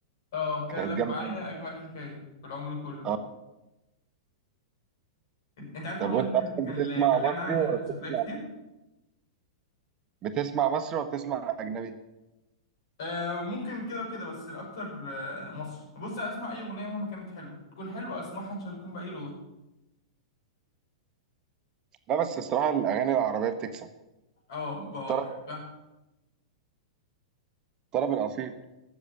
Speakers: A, on the left; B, on the right.
A: اه كان
B: كانت
A: لك
B: جامدة
A: معايا
B: أوي
A: أجمل حكاية في العمر كله
B: أه
A: أنت أنت عارف
B: طب
A: الأغنية
B: وأنت أصلا
A: دي كان
B: بتسمع
A: كان كان ليها
B: مصري
A: معاها
B: ولا بتسمع
A: ذكريات كتير
B: بتسمع مصري ولا بتسمع أجنبي؟
A: آه ممكن كده وكده بس الأكتر آه مصر بص أنا أسمع أي أغنية مهما كانت حلوة تكون حلوة أسمعها إن شاء الله تكون بأي لغة
B: لا بس الصراحة الأغاني العربية بتكسب
A: أه ب-
B: طرب
A: بحبها
B: طرب الأصيل